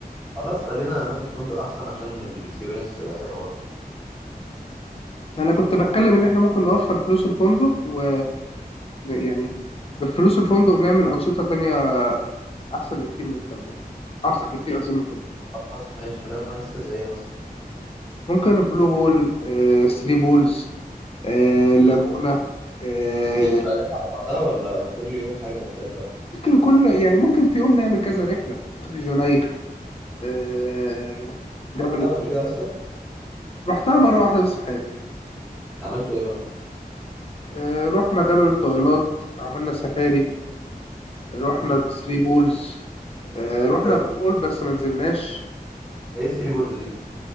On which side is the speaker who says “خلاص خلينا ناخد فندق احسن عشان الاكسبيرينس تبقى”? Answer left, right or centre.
Centre